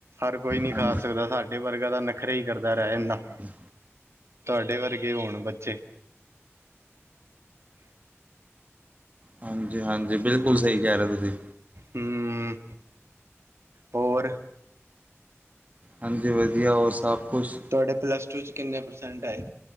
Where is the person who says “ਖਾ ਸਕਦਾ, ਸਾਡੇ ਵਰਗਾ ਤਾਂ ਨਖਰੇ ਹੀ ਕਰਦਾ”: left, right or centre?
Right